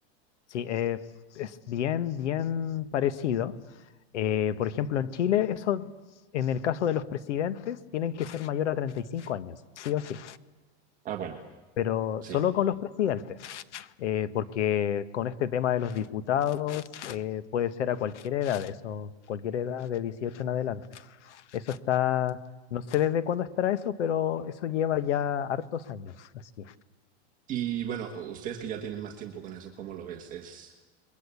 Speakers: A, on the left (about 85°); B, on the right (about 25°).
A: Sí, eh, es bien, bien parecido. Eh, por ejemplo, en Chile, eso, en el caso de los presidentes, tienen que ser mayor a 35 años, sí o sí.
B: Ah, bueno,
A: pero
B: sí.
A: solo con los presidentes, eh, porque con este tema de los diputados eh, puede ser a cualquier edad, eso, cualquier edad de 18 en adelante. Eso está, no sé desde cuándo estará eso, pero eso lleva ya hartos años, así.
B: Y bueno, ustedes que ya tienen más tiempo con eso, ¿cómo lo ves? ¿Es,